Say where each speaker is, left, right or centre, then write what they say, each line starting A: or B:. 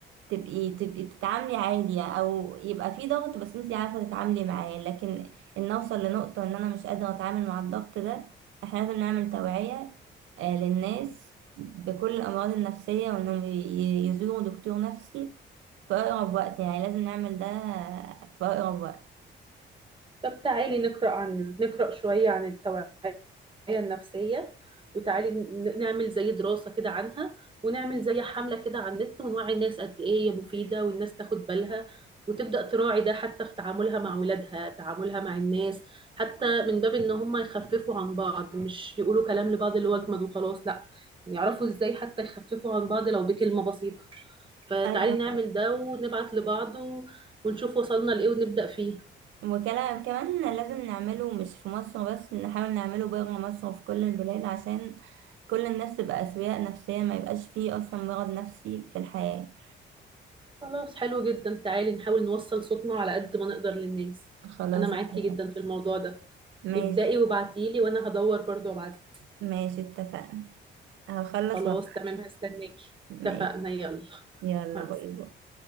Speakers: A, on the right (about 75°); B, on the right (about 25°).
A: تبقي تبقي تتعاملي عادي او يبقى في ضغط بس انتي عارفة تتعاملي معاه لكن ان اوصل لنقطة ان انا مش قادرة اتعامل مع الضغط ده احنا لازم نعمل توعية آه، للناس بكل الامراض النفسية وانهم ي- ي- يزوروا دكتور نفسي في اقرب وقت يعني لازم نعمل ده في اقرب وقت
B: طب تعالي نقرأ عن نقرأ شوية عن التوعية النفسية وتعالي ن- نعمل زي دراسة كده عنها ونعمل زي حملة كده على النت ونوعي الناس قد إيه هي مفيدة والناس تاخد بالها وتبدأ تراعي ده حتى في تعاملها مع ولادها تعاملها مع الناس حتى من باب إن هم يخففوا عن بعض مش يقولوا كلام لبعض اللي هو أجمد وخلاص لأ يعرفوا إزاي حتى يخففوا عن بعض لو بكلمة بسيطة فتعالي
A: ايوه
B: نعمل ده ونبعت لبعض و- ونشوف وصلنا لإيه ونبدأ فيه
A: وكلا كمان لازم نعمله مش في مصر بس نحاول نعمله بره مصر وفي كل البلاد عشان كل الناس تبقى أسوياء نفسية ما يبقاش فيه أصلا مرض نفسي في الحياة
B: خلاص حلو جدا تعالي نحاول نوصل صوتنا على قد ما نقدر للناس
A: خلاص
B: انا معاكي
A: اتفقنا
B: جدا في الموضوع ده
A: ماشي
B: ابدأي وابعتيلي وانا هدور برضو وابعتلك
A: ماشي اتفقنا هخلص
B: خلاص
A: وقت
B: تمام هستناكي
A: ماشي
B: اتفقنا يلا
A: يلا
B: مع
A: باي
B: السلامة
A: باي